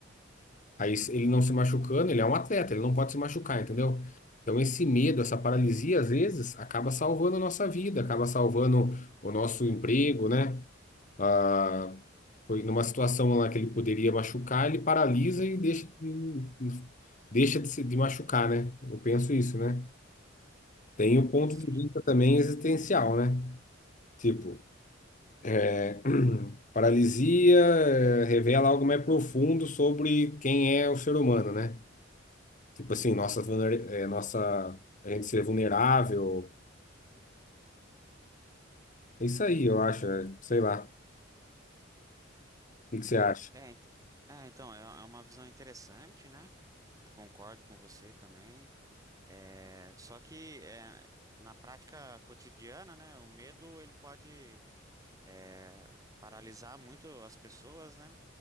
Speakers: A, on the left (about 40°); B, on the right (about 15°).
A: Aí se ele não se machucando, ele é um atleta, ele não pode se machucar, entendeu? Então esse medo, essa paralisia, às vezes, acaba salvando a nossa vida, acaba salvando o nosso emprego, né? Ah, foi numa situação lá que ele poderia machucar, ele paralisa e deixa, de- deixa de se de machucar, né? Eu penso isso, né? Tem o ponto
B: Sim.
A: de vista também existencial, né? Tipo, é, <clears throat> paralisia eh, revela algo mais profundo sobre quem é o ser humano, né? Tipo assim, nossa, vulner- é, nossa, a gente ser vulnerável. É isso aí, eu acho. é, Sei lá. O que que você acha?
B: É, ent- é, então, é é uma visão interessante, né? Concordo com você também. É, só que é, na prática cotidiana, né? O medo ele pode é, paralisar muito as pessoas, né?